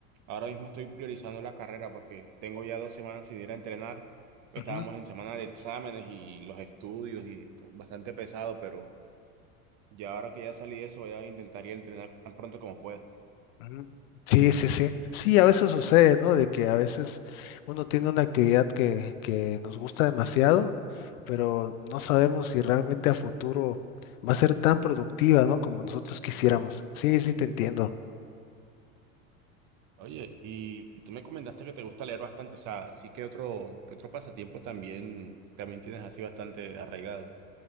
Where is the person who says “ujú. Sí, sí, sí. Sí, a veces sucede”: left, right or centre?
Left